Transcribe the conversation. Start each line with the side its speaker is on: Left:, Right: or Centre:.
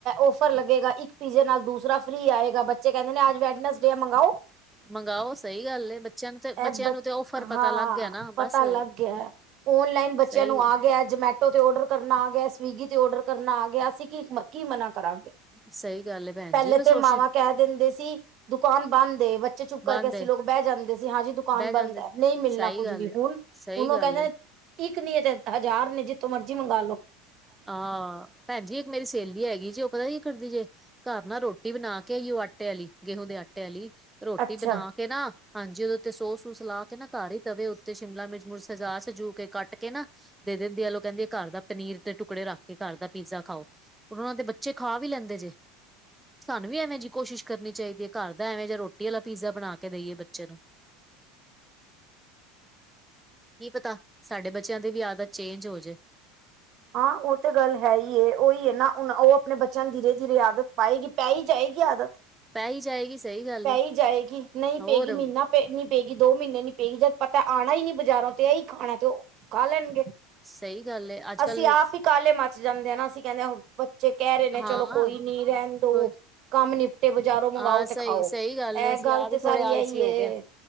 Right: ਆਫਰ ਲੱਗੇਗਾ। ਪੀਜ਼ੇ ਨਾਲ ਦੂਸਰਾ ਫਰੀ ਆਏਗਾ ਬੱਚੇ ਕਹਿੰਦੇ ਨੇ ਅਜ ਵੈਡਨਸ ਡੇ ਹੈ ਮੰਗਵਾਓ।
Centre: ਮੰਗਓ, ਸਹੀ ਗੱਲ ਏ ਬੱਚਿਆਂ ਨੂੰ ਤੇ
Right: ਇਹ
Centre: ਬੱਚਿਆਂ
Right: ਬ
Centre: ਨੂੰ ਤੇ ਔਫਰ
Right: ਹਾਂ
Centre: ਪਤਾ ਲੱਗ ਗਿਆ ਨਾ। ਬਸ
Right: ਪਤਾ ਲੱਗ ਗਿਆ, ਆਨਲਾਈਨ ਬੱਚਿਆਂ
Centre: ਸਹੀ
Right: ਨੂੰ ਆ ਆ ਗਿਆ ਜਮੈਟੋ ਤੇ ਆਰਡਰ ਕਰਨਾ ਆ ਗਿਆ ਸਵੀਗੀ ਤੇ ਆਰਡਰ ਅਸੀਂ ਕੀ ਕੀ ਮਨਾ ਕਰਾਂਗੇ
Centre: ਸਹੀ ਗੱਲ ਹੈ ਭੈਣ
Right: ਪਹਿਲੇ
Centre: ਜੀ ਬਸ
Right: ਤੇ
Centre: ਸੋਸ਼
Right: ਮਾਵਾਂ ਕਹਿ ਦਿੰਦੇ ਸੀ ਦੁਕਾਨ ਬੰਦ ਏ ਬੱਚੇ ਚੁੱਪ ਕਰਕੇ
Centre: ਬਣਦੇ
Right: ਅਸੀਂ ਲੋਕ ਬਹਿ ਜਾਂਦੇ ਸੀ ਹਾਂਜੀ, ਦੁਕਾਨ
Centre: ਬਹਿ
Right: ਬੰਦ
Centre: ਜਾਂਦੇ
Right: ਹੈ ਨਹੀਂ ਮਿਲਣਾ
Centre: ਸਹੀ
Right: ਕੁੱਝ
Centre: ਗੱਲ
Right: ਵੀ।
Centre: ਹੈ
Right: ਹੁਨ
Centre: ਸਹੀ
Right: ਉਹ
Centre: ਗੱਲ
Right: ਕਹਿੰਦੇ
Centre: ਏ
Right: ਇੱਕ ਨੀ ਹੈ ਤੇ ਹਜ਼ਾਰ ਨੇ ਜਿੱਥੋਂ ਮਰਜੀ ਮੰਗ ਲੋੋ।
Centre: ਆ ਭੈਣ ਜੀ ਇੱਕ ਮੇਰੀ ਸਹੇਲੀ ਹੈਗੀ ਜੇ ਉਹ ਪਤਾ ਕਿ ਕਰਦੀ ਜੇ ਘਰ ਨਾ ਰੋਟੀ ਬਣਾ ਕੇ ਏਹੋ ਹੀ ਆਟੇ ਵਾਲੀ ਗੇਹੂ ਦੇ ਆਟੇ ਵਾਲੀ ਰੋਟੀ
Right: ਅੱਛਾ
Centre: ਬਣਾ ਕੇ ਨਾ ਹਾਂਜੀ, ਉਹ ਦੇ ਉੱਤੇ ਸੋਸ-ਸੂਸ ਲਾ ਕੇ ਨਾ ਘਰ ਹੀ ਤਵੇ ਉੱਤੇ ਸ਼ਿਮਲਾ ਮਿਰਚ-ਮੁਰਚ ਸਜਾ-ਸਜਾ ਕੇ ਕੱਟ ਕੇ ਨਾ ਦੇ ਦਿੰਦੀ ਆ, ਲੋ ਕਹਿੰਦੀ ਆ ਘਰ ਦਾ ਪਨੀਰ ਤੇ ਟੁ ਟੁਕੜੇ ਰੱਖ ਕੇ ਘਰ ਦਾ ਪੀਜ਼ਾ ਖਾਓ ਉਹਨਾਂ ਦੇ ਬੱਚੇ ਖਾ ਵੀ ਲੈਂਦੇ ਜੇ। ਸਾਨੂੰ ਵੀ ਐਵੇਂ ਜਿਹੀ ਕੋਸ਼ਿਸ਼ ਕਰਨੀ ਚਾਹੀਦੀ ਹੈ ਘਰ ਦਾ ਐਵੇਂ ਜਿਹਾ ਰੋਟੀ ਵਾਲਾ ਪੀਜ਼ਾ ਬਣਾ ਕੇ ਦੇਈਏ ਬੱਚੇ ਨੂੰ। ਕੀ ਪਤਾ, ਸਾਡੇ ਬੱਚਿਆਂ ਦੀ ਵੀ ਆਦਤ ਚੇਂਜ ਹੋਜੇ।
Right: ਹਾਂ, ਉਹ ਤੇ ਗੱਲ ਹੈ ਹੀ ਉਹੀ ਹੈ ਨਾ ਹੁਣ ਉਹ ਆਪਣੇ ਬੱਚਿਆਂ ਦੀ ਧੀਰੇ-ਧੀਰੇ ਆਦਤ ਪਾਏਗੀ। ਪੈ ਹੀ ਜਾਏਗੀ ਆਦਤ
Centre: ਪੈ ਹੀ ਜਾਏਗੀ ਸਹੀ ਗੱਲ
Right: ਪੈ
Centre: ਏ
Right: ਹੀ ਜਾਏਗੀ ਨਹੀਂ
Centre: ਹੋਰ
Right: ਪਏਗੀ ਮਹੀਨਾ ਨੀ ਪਏਗੀ ਦੋ ਮਹੀਨੇ ਨੀ ਪਏਗੀ ਜਦ ਪਤਾ ਆਣਾ ਹੀ ਨੀ ਬਾਜ਼ਾਰੋਂ ਤੇ ਇਹ ਹੀ ਖਾਣਾ ਤੇ ਉਹ ਖਾ ਲੈਣਗੇ।
Centre: ਸਹੀ ਗੱਲ ਹੈ ਅੱਜ-ਕੱਲ੍ਹ
Right: ਅਸੀਂ ਆਪ ਹੀ ਕਾਲੇ ਮੱਚ ਜਾਂਦੇ ਆ ਨਾ ਅਸੀਂ ਕਹਿੰਦੇ ਹ ਬੱਚੇ ਕਹਿ ਰਹੇ ਨੇ
Centre: ਹਾਂ
Right: ਚਲੋ ਕੋਈ ਨੀ ਰਹਿਣ ਦੋ
Centre: ਕੋਈ
Right: ਕੰਮ ਨੀ ਤੇ ਬਜ਼ਾਰੋ ਮੰਗਓ
Centre: ਹਾਂ
Right: ਤੇ
Centre: ਸਹੀ
Right: ਖਾਓ
Centre: ਸਹੀ ਏ
Right: ਇਹ
Centre: ਅਸੀਂ
Right: ਗੱਲ
Centre: ਆਪ ਵੀ
Right: ਤੇ ਸਾਰੀ
Centre: ਥੋੜੇ ਆਲਸੀ
Right: ਏਹੀ
Centre: ਹੋ
Right: ਏ
Centre: ਗਏ ਆ।